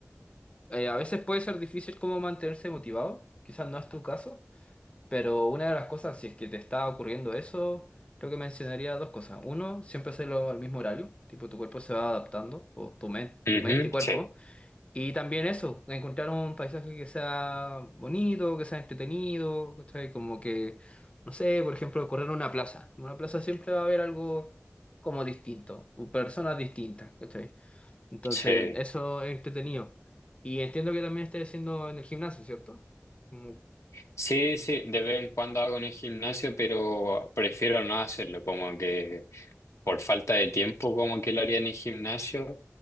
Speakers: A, on the left; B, on the left.
A: eh, a veces puede ser difícil como mantenerse motivado, quizás no es tu caso, pero una de las cosas, si es que te está ocurriendo eso, creo que mencionaría dos cosas. Uno, siempre hacerlo al mismo horario, tipo tu cuerpo se va adaptando, o tu, men-
B: Ujú,
A: tu mente y cuerpo.
B: Sí,
A: Y también eso, encontrar un paisaje que sea bonito, que sea entretenido, ¿cachai? Como que, no sé, por ejemplo, correr en una plaza. En una plaza siempre va a haber algo como distinto, personas distintas, ¿cachai? Entonces,
B: sí.
A: eso es entretenido. Y entiendo que también estés haciendo en el gimnasio, ¿cierto? Mm,
B: Sí, sí, de vez en cuando hago en el gimnasio, pero prefiero no hacerlo, como que por falta de tiempo, como que lo haría en el gimnasio.